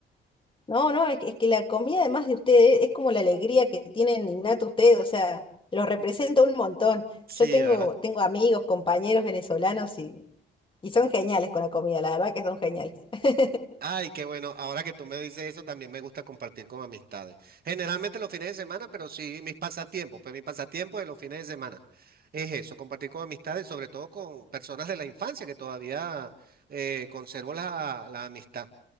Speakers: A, on the left; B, on the right.
A: No, no, es que, es que la comida además de ustedes es como la alegría que tienen innata ustedes, o sea, los representa un montón.
B: Sí,
A: Yo tengo,
B: ¿verdad?
A: tengo amigos, compañeros venezolanos y, y son geniales con la comida, la verdad que son geniales. <laughs>
B: Ay, qué bueno. Ahora que tú me dices eso, también me gusta compartir con amistades. Generalmente los fines de semana, pero sí mis pasatiempos. Pues mi pasatiempo de los fines de semana es eso, compartir con amistades, sobre todo con personas de la infancia que todavía eh, conservo la, la amistad.